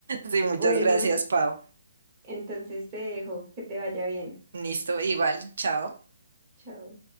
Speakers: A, on the right; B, on the right.
A: sí,
B: Bueno,
A: muchas gracias, Pau.
B: entonces te dejo, que te vaya bien,
A: Listo, igual, chao.
B: chao.